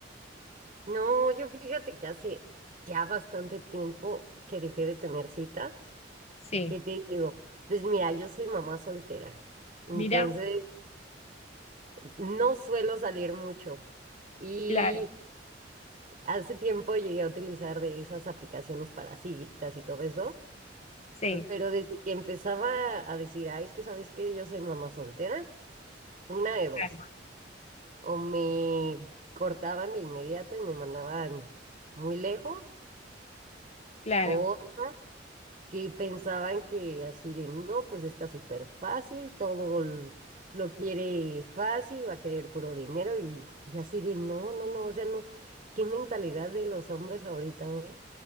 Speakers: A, on the right; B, on the left.
A: No, yo fíjate que hace ya bastante tiempo que dejé de tener citas.
B: Sí,
A: ¿Qué te digo? Pues mira, yo soy mamá soltera. Entonces,
B: mira,
A: No suelo salir mucho y
B: claro,
A: hace tiempo llegué a utilizar de esas aplicaciones para citas y todo eso,
B: sí,
A: pero desde que empezaba a decir, ay, es que sabes que yo soy mamá soltera, una de dos,
B: claro,
A: o me cortaban de inmediato y me mandaban muy lejos,
B: claro,
A: o otra, que pensaban que así de, no, pues está súper fácil, todo l- lo quiere fácil, va a querer puro dinero y, y así de, no, no, no, o sea, no, qué mentalidad de los hombres ahorita, ¿eh?